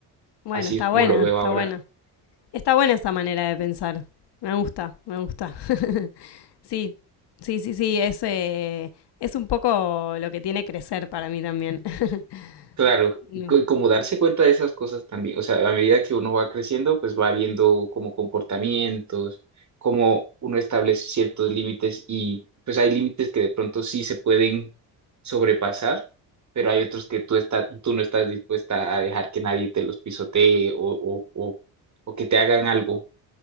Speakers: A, on the left (about 65°); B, on the right (about 40°).
A: Bueno,
B: así
A: está
B: es como
A: buena,
B: lo veo
A: está
B: ahora.
A: buena. Está buena esa manera de pensar. Me gusta, me gusta. Sí, sí, sí, sí, es, eh, es un poco lo que tiene crecer para mí también. <laughs>
B: Claro,
A: No.
B: co- como darse cuenta de esas cosas también, o sea, a medida que uno va creciendo, pues va viendo como comportamientos, cómo uno establece ciertos límites y pues hay límites que de pronto sí se pueden sobrepasar, pero hay otros que tú, está- tú no estás dispuesta a dejar que nadie te los pisotee o, o, o, o que te hagan algo.